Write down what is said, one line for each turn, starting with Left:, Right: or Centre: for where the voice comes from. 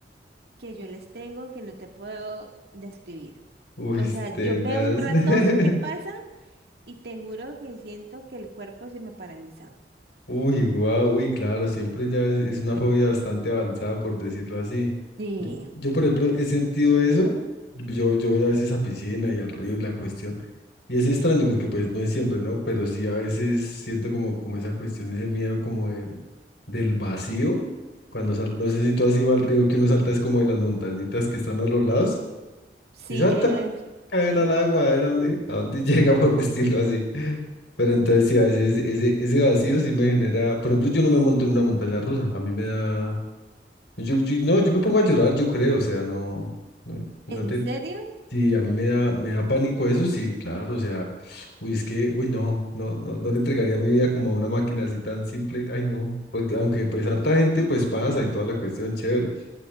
Right: que yo les tengo que no te puedo describir.
Left: Uy,
Right: O sea,
Left: tenaz.
Right: yo veo un ratón
Left: <laughs>
Right: que pasa y te juro que siento que el cuerpo se me paraliza.
Left: Uy, guau, uy, claro, siempre ya es, es una fobia bastante avanzada, por decirlo así.
Right: Sí,
Left: Yo, yo, por ejemplo, he sentido eso. Yo, yo voy a veces a piscina y al río y la cuestión. Y es extraño porque pues no es siempre, ¿no? Pero sí a veces siento como, como esa cuestión, ese miedo como del, del vacío. Cuando sal, no sé si tú has ido al río que uno salta es como de las montañitas que están a los lados.
Right: sí,
Left: Y salta
Right: yo iba
Left: a
Right: al...
Left: caer
Right: Sí.
Left: al agua, era donde, a donde <laughs> llega, por decirlo así. Pero entonces sí, a veces ese, ese vacío sí me genera, por ejemplo, yo no me monto en una montaña rusa, a mí me da, yo, yo- no, yo me pongo a llorar, yo creo, o sea, no, no,
Right: ¿En
Left: no te-
Right: serio?
Left: sí, a mí me da, me da pánico eso, sí, claro, o sea, uy, es que, uy, no, no, no, no le entregaría mi vida como a una máquina así tan simple, ay, no, porque aunque pues harta gente pues pasa y toda la cuestión, chévere,